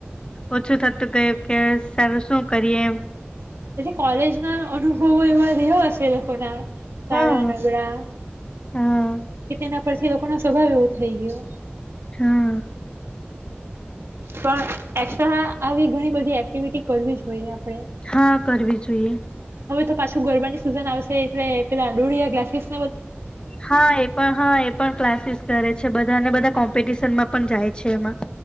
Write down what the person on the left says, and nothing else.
ઓછું થતું ગયું કે સારું શું કરીએ એમ
હા
હા
હા.
હા કરવી જોઈએ
હા, એ પણ હા એ પણ ક્લાસીસ કરે છે બ ધાના બધા કોમ્પિટિશન માં પણ જાય છે એમાં.